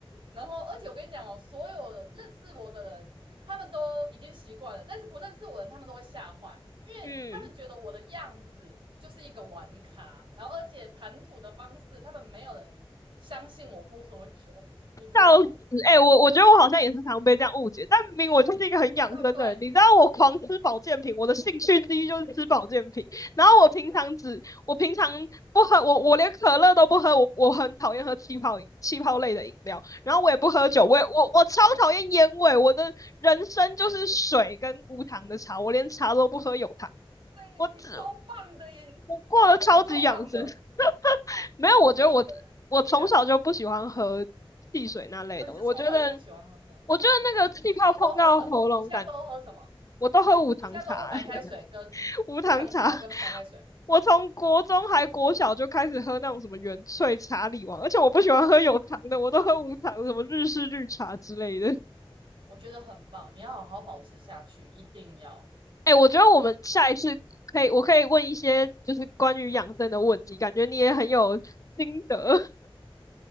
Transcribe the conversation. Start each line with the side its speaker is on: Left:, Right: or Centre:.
Right: 然后而且我跟你讲哦，所有认识我的人，他们都已经习惯了，但是不认识我的人，他们都会吓坏，因为他们觉得我的样子就是一个玩咖，
Left: 嗯。
Right: 然后而且谈吐的方式，他们没有人相信我不喝酒，你知道吗？
Left: 笑死！哎、欸我我觉得我好像也是常被这样误解，但明明我就是一个很养生的人，
Right: 对不对？
Left: 你知道我狂吃保健品，我的兴趣之一就是吃保健品。然后我平常只，我平常不喝，我我连可乐都不喝，我我很讨厌喝气泡气泡类的饮料，然后我也不喝酒，我也我我超讨厌烟味，我的人生就是水跟无糖的茶，我连茶都不喝有糖，
Right: 对，
Left: 我只
Right: 你超棒的耶，
Left: 我过得超级养生。
Right: 你超棒的，
Left: <laughs> 没有，
Right: 我觉得你真的是，
Left: 我觉得我我从小就不喜欢喝汽水那类的我觉得
Right: 我跟你讲，你真的，哦，你是从小就不喜欢喝呢？
Left: 我觉得那个气泡碰到喉咙感，
Right: 那你都喝什么？你现在都喝什么？
Left: 我都喝无糖茶、
Right: 你现在都喝白开水跟无糖茶跟白开水？
Left: 欸，<laughs> 无糖茶。我从国中还国小就开始喝那种什么原萃茶里王，而且我不喜欢喝有糖的，我都喝无糖，什么日式绿茶之类的。<laughs>
Right: 我觉得很棒，你要好好保持下去，一定要。
Left: 哎、欸我觉得我们下一次可以，我可以问一些就是关于养生的问题，感觉你也很有心得。